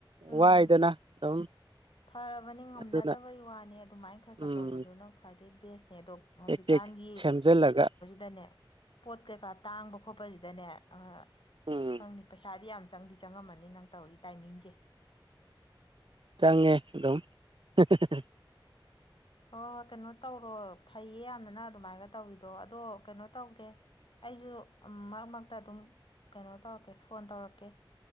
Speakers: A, on the left; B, on the right.
A: ꯎꯝ
B: ꯋꯥꯏꯗꯅ ꯑꯗꯨꯝ
A: ꯐꯔꯕꯅꯤ ꯉꯝꯅꯗꯕꯩ
B: ꯑꯗꯨꯅ
A: ꯋꯥꯅꯤ ꯑꯗꯨꯃꯥꯏꯅ ꯈ꯭ꯔ ꯈ꯭ꯔ
B: ꯎꯝ
A: ꯇꯧꯕꯗꯨꯅ ꯈ꯭ꯋꯥꯏꯗꯩ ꯕꯦꯁꯅꯦ ꯑꯗꯣ ꯍꯧꯖꯤꯛꯀꯥꯟꯒꯤ
B: ꯇꯦꯛ ꯇꯦꯛ ꯁꯦꯝꯖꯤꯜꯂꯒ
A: ꯗꯅꯦ ꯄꯣꯠ ꯀꯩꯀꯥ ꯇꯥꯡꯕ ꯈꯣꯠꯄꯖꯤꯗꯅꯦ ꯑꯥ
B: ꯎꯝ
A: ꯈꯪꯗꯦ ꯄꯩꯁꯥꯗꯤ ꯌꯥꯝ ꯆꯪꯗꯤ ꯆꯪꯉꯝꯃꯅꯤ ꯅꯪ ꯇꯧꯔꯤ ꯇꯥꯏꯃꯤꯡꯁꯦ
B: ꯆꯪꯉꯦ ꯑꯗꯨꯝ <unintelligible>
A: ꯍꯣ ꯀꯩꯅꯣ ꯇꯧꯔꯣ ꯐꯩꯌꯦ ꯌꯥꯝꯅ ꯅꯪ ꯑꯗꯨꯃꯥꯏꯒ ꯇꯧꯔꯤꯗꯣ ꯑꯗꯣ ꯀꯩꯅꯣ ꯇꯧꯒꯦ ꯑꯩꯖꯨ ꯃꯔꯛ ꯃꯔꯛꯇ ꯑꯗꯨꯝ ꯀꯩꯅꯣ ꯇꯧꯔꯛꯀꯦ ꯐꯣꯟ ꯇꯧꯔꯛꯀꯦ